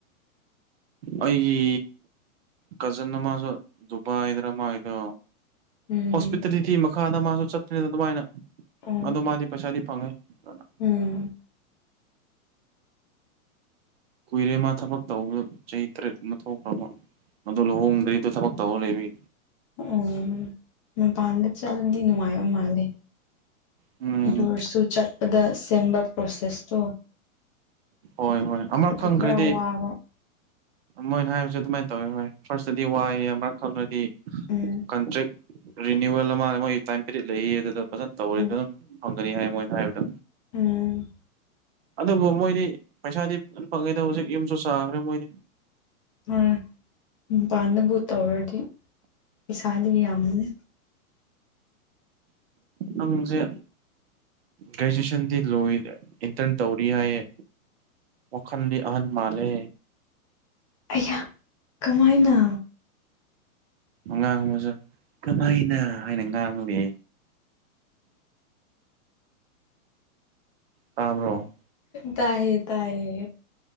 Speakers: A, on the right; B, on the left.
A: ꯑꯩꯒꯤ ꯀꯖꯤꯟ ꯑꯃꯁꯁꯨ ꯗꯨꯕꯥꯏꯗ꯭ꯔ ꯃꯥꯥꯏꯗꯣ
B: ꯎꯝ
A: ꯍꯣꯁꯄꯤꯇꯥꯂꯤꯇꯤ ꯃꯈꯥꯗ ꯃꯥꯁꯨ ꯆꯠꯇ꯭ꯔꯤꯩꯗ ꯑꯗꯨꯃꯥꯏꯅ
B: ꯑꯣ
A: ꯑꯗꯣ ꯃꯥꯗꯤ ꯄꯩꯁꯥꯗꯤ ꯐꯪꯉꯦ ꯐꯖꯅ
B: ꯎꯝ
A: ꯀꯨꯏꯔꯦ ꯃꯥ ꯊꯕꯛ ꯇꯧꯕꯗ ꯆꯍꯤ ꯇꯔꯦꯠ ꯀꯨꯅ ꯊꯣꯛꯈ꯭ꯔꯕ ꯃ ꯂꯨꯍꯣꯡꯗ꯭ꯔꯤꯗꯣ ꯊꯕꯛ ꯇꯧꯅꯦꯕꯤ
B: ꯑꯣ ꯑꯣ ꯃꯄꯥꯟꯗ ꯆꯠꯂꯗꯤ ꯅꯨꯡꯉꯥꯏꯕ ꯃꯥꯜꯂꯦ
A: ꯎꯝ
B: ꯣꯔꯁꯨ ꯆꯠꯄꯗ ꯁꯦꯝꯕ ꯄ꯭ꯔꯣꯁꯦꯁꯇꯣ
A: ꯍꯣꯏ ꯍꯣꯏ ꯑꯃꯛ
B: ꯑꯗꯨ
A: ꯈꯪꯈ꯭ꯔꯗꯤ
B: ꯈꯔ ꯋꯥꯕ
A: ꯃꯣꯏꯅ ꯍꯥꯏꯕꯁꯦ ꯑꯗꯨꯃꯥꯏꯅ ꯇꯧꯋꯤ ꯍꯣꯏ ꯐꯥꯔꯁꯇꯗꯤ ꯋꯥꯏꯑꯦ ꯑꯃ ꯈꯪꯗ꯭ꯔꯗꯤ
B: ꯎꯝ
A: ꯀꯟꯇ꯭ꯔꯦꯛ ꯔꯤꯅꯤꯋꯦꯜ ꯑꯃ ꯃꯣꯏ ꯇꯥꯏꯝ ꯄꯤꯔꯤꯠ ꯂꯩꯌꯦ ꯑꯗꯨꯗ ꯐꯖꯅ ꯇꯧꯔꯤ
B: ꯎꯝ
A: ꯑꯗꯨꯝ ꯐꯪꯒꯅꯤ ꯍꯥꯏ ꯃꯣꯏꯅ ꯍꯥꯏꯕꯗꯣ
B: ꯎꯝ
A: ꯑꯗꯨꯕꯨ ꯃꯣꯏꯗꯤ ꯄꯩꯁꯥꯗꯤ ꯐꯪꯉꯦꯗ ꯍꯧꯖꯤꯛ ꯌꯨꯝꯁꯨ ꯆꯥꯈ꯭ꯔꯦ ꯃꯣꯏꯗꯤ
B: ꯑ ꯃꯄꯥꯟꯗ ꯕꯨꯠ ꯇꯧꯔꯗꯤ ꯄꯩꯁꯥꯗꯤ ꯌꯥꯝꯃꯦ
A: ꯑꯪꯖꯦ ꯒ꯭ꯔꯦꯖꯨꯦꯁꯟꯗꯤ ꯂꯣꯏꯦ ꯏꯟꯇꯔꯟ ꯇꯧꯔꯤ ꯍꯥꯏꯌꯦ ꯋꯥꯜꯗꯤ ꯑꯍꯟ ꯃꯥꯜꯂꯦ
B: ꯑꯩꯍꯥꯛ ꯀꯃꯥꯏꯅ
A: ꯉꯥꯡꯕꯁꯨ ꯀꯃꯥꯏꯅ ꯍꯥꯏꯅ ꯉꯥꯡꯂꯤ
B: <inaudible>
A: ꯇꯥꯕ꯭ꯔꯣ
B: ꯇꯑꯦ ꯇꯥꯏꯦ